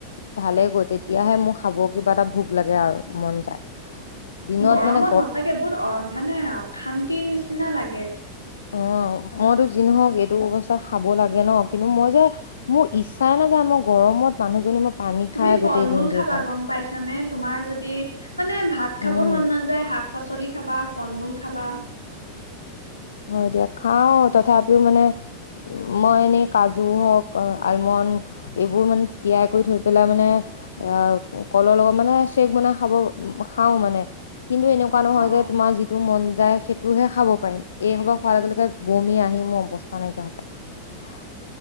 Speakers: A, on the left; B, on the left.
A: ঢালে গৈ তেতিয়াহে মোৰ খাব কিবা এটা ভোক লাগে আৰু মন যায়। দিনত
B: গৰমত
A: মানে
B: সচাকে বহুত অ মানে অশান্তিৰ নিচিনা লাগে
A: অ মইতো যি নহওক এইটো অৱস্থাত খাব লাগে ন কিন্তু মই যে মোৰ ইচ্ছাই নাই যে মই গৰমত মানুহজনী মই পানী
B: তুমি
A: খাই
B: ফল
A: গোটেই
B: মূল
A: দিনটো
B: খাবা
A: যায়
B: গম পাইছানে তোমাৰ যদি মানে ভাত খাব
A: উম
B: মন নাযায় শাক শাক পাচলি খাবা ফল-মূল খাবা
A: হয় এ দিয়া খাও তথাপিও মানে মই এনেই কাজু হওক আলমণ্ড এইবোৰ মানে তিয়াই কৰি থৈ পেলাই মানে আহ কলৰ লগত মানে চেক বনাই খাব খাও মানে কিন্তু এনেকুৱা নহয়
B: অ
A: যে তোমাৰ যিটো মন যায় সেইটোহে খাব পাৰিম এই সবা খোৱাৰ লগে লগে বমি আহি মোৰ অৱস্থা নাইকিয়া হৈ হৈছে।